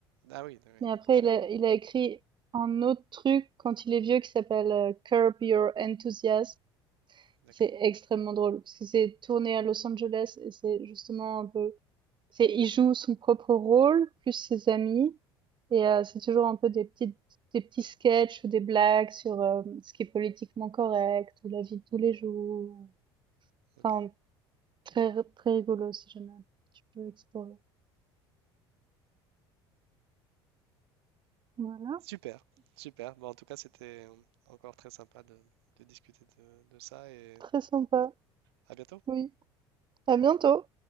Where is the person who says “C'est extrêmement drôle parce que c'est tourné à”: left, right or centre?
Right